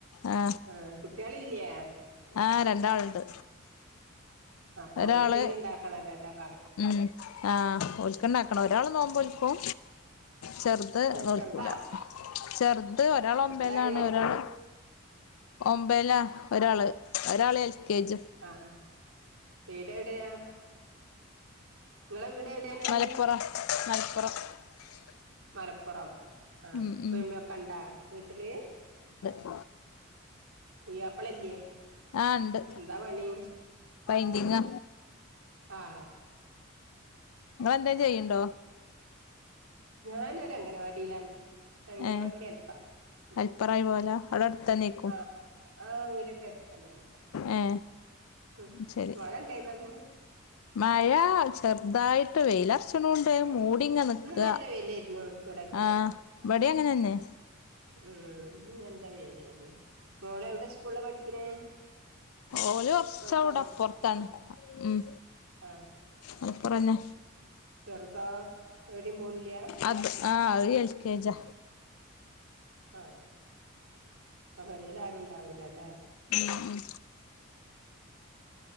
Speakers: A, on the left (about 80°); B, on the right (about 80°).
A: ആ.
B: ആഹ് കുട്ടികളില്ലേ
A: ആ. രണ്ടാളുണ്ട്.
B: അ. പോയിട്ടെന്തെങ്കിലും
A: ഒരാള്
B: ഇണ്ടാക്കണല്ലേയെല്ലാം.
A: ഉം.. ആ.. ഓൾക്കുണ്ടാക്കണം. ഒരാളുനോമ്പു നോക്കും. ചെറുത് നോൽക്കൂല
B: ചെറുതാ
A: ചെറുതൊരാളൊൻബേലാണ്,
B: എത്രായി വലുതിന്
A: ഒരാള് ഒൻബേലാ ഒരാള് ഒരാള് എൽ. കെ ജി
B: അ... അ വീടെവിടെയാ, നിങ്ങളുടെ വീട്.. എവിടെയാണ്
A: മലപ്പുറം <inaudible>
B: മലപ്പുറം, ആ..
A: ഉം
B: ഉപ്പയുമ്മയൊക്കെയുണ്ടോ
A: ഉം
B: വീട്ടില്,
A: ഉണ്ട്,
B: പുയ്യാപ്പളല്ലേ
A: ആ ഉണ്ട്.
B: എന്താ പണി
A: വൈഡിംങ്ങാ.
B: അ. ഹാ
A: നിങ്ങളെന്തേലും ചെയ്യണുണ്ടോ?
B: ഞാനൊ രംഗനവാടിയിലാണ്. അംഗനവാടിയിൽ
A: ഏ
B: ഹെൽപ്പറ ഉം.
A: ഹെൽപ്പറായി പോവലാ അവിടെ അടുത്തന്നേക്കും
B: അ. ആ വീടിന്റെയടുത്തന്നെയാണ്.
A: ഏ
B: ഉം...
A: ശരി
B: മഴയുണ്ടായിരുന്നോ. യിന്ന്
A: മഴ ചെറുതായിട്ട്, വെയിലർച്ചണുണ്ട് മൂടി ടി നിക്ക
B: ഇന്ന് നല്ല വെയിലായിരുന്നു ഇവിടൊക്കെ
A: ആ. ഇവടി അങ്ങനെതന്നെ.
B: ഉം.. നല്ല വെയിലായിരുന്നു. മോളെവിടെ സ്കൂളിലാ പഠിക്കണേ?
A: ഓല് കൊർച്ഔടപ്പർത്താണ്.
B: മലപ്പുറം
A: ഉം.
B: ആഹ്
A: ഹെൽപ്പറന്നെ
B: ചെറുതാ എടിം പോണില്ലാ.
A: അത് ആ. ഏൽ. കെ. ജ
B: ആ. പെരേല്ലാരുംണ്ടാവൂലല്ലേ
A: ഉം. ഉ